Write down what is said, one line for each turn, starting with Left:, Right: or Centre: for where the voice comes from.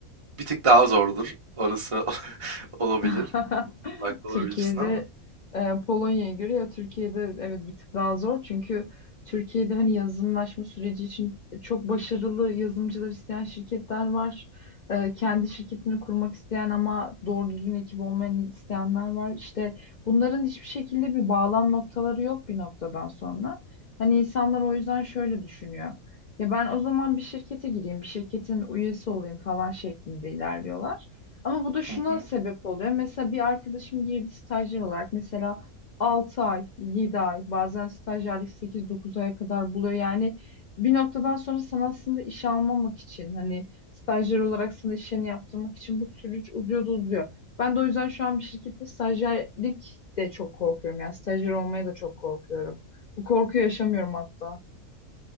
Right: bir tık daha zordur. Orası <laughs> olabilir.
Left: <laughs>
Right: Onda haklı
Left: Türkiye'de
Right: olabilirsin ama.
Left: e, Polonya'ya göre ya Türkiye'de evet bir tık daha zor çünkü Türkiye'de hani yazılımlaşma süreci için çok başarılı yazılımcılar isteyen şirketler var. E, kendi şirketini kurmak isteyen ama doğru düzgün ekip olmayan isteyenler var. İşte bunların hiçbir şekilde bir bağlam noktaları yok bir noktadan sonra. Hani insanlar o yüzden şöyle düşünüyor. Ya ben o zaman bir şirkete gireyim, bir şirketin üyesi olayım falan şeklinde ilerliyorlar. Ama bu da şuna
Right: Hı hı.
Left: sebep oluyor. Mesela bir arkadaşım girdi stajyer olarak. Mesela 6 ay, 7 ay, bazen stajyerlik sekiz, dokuz aya kadar buluyor. Yani bir noktadan sonra sana aslında iş almamak için, hani stajyer olarak sana işlerini yaptırmak için bu süreç uzuyordu uzuyor. Ben de o yüzden şu an bir şirkette stajyerlik de çok korkuyorum. Yani stajyer olmaya da çok korkuyorum. Bu korkuyu yaşamıyorum hatta.